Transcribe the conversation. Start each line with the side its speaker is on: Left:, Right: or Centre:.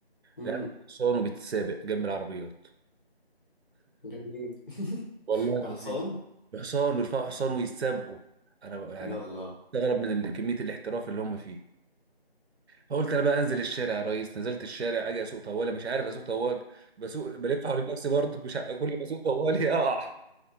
Left: امم
Right: العيال حصان وبتتسابق جنب العربيات
Left: جميل
Right: والله
Left: بحصان
Right: العظيم بحصان بيرفعوا حصان ويتسابقوا انا بقى يعني
Left: يلا
Right: بستغرب من ال- كمية الاحتراف اللي هم فيه فقلت انا بقى انزل الشارع يا ريس نزلت الشارع اجي اسوق طوالي مش عارف اسوق طوالي بسوق بلف حوالين نفسي برضه مش ع- كل ما اسوق طوالي <laughs> اقع